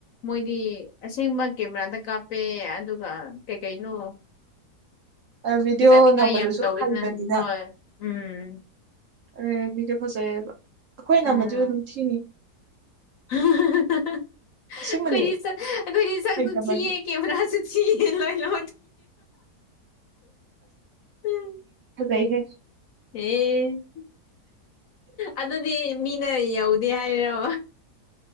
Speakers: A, on the left (about 60°); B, on the right (about 60°).
A: ꯃꯣꯏꯗꯤ ꯑꯁꯦꯡꯕ ꯀꯦꯃꯦꯔꯥꯗ ꯀꯥꯞꯄꯦ ꯑꯗꯨꯒ ꯀꯩ ꯀꯩꯅꯣ
B: ꯑꯗꯨ ꯚꯤꯗꯤꯑꯣ
A: ꯐꯖꯅꯤꯡꯉꯥꯏ
B: ꯅꯝꯕꯗꯨꯁꯨ
A: ꯌꯥꯝ ꯇꯧꯋꯤꯅ
B: ꯍꯩꯕꯅꯤꯅ
A: ꯍꯣꯏ ꯎꯝ
B: ꯑꯦ ꯃꯤꯁꯨ ꯐꯖꯩꯌꯦꯕ ꯑꯩꯈꯣꯏꯅꯃ
A: ꯎꯝ
B: ꯑꯗꯨꯝ ꯊꯤꯅꯤ
A: ꯑꯩꯈꯣꯏꯗꯤ
B: ꯑꯁꯦꯡꯕꯅꯦ
A: ꯑꯩꯈꯣꯏꯗꯤ ꯁꯛꯝ
B: ꯍꯩꯇꯕꯒꯤ
A: ꯊꯤ ꯀꯦꯃꯦꯔꯥꯥꯁ ꯁꯤꯤ ꯂꯣꯏ ꯂ ꯎꯝ
B: ꯖꯩꯈꯦ
A: ꯍꯦ ꯑꯗꯨꯗꯤ ꯃꯤꯅ ꯌꯧꯗꯦ ꯍꯥꯏꯔꯣ